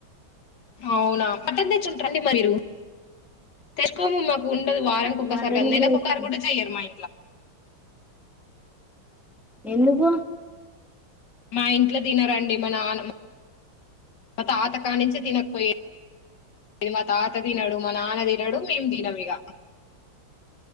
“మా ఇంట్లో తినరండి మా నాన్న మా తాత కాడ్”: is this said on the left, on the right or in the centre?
Left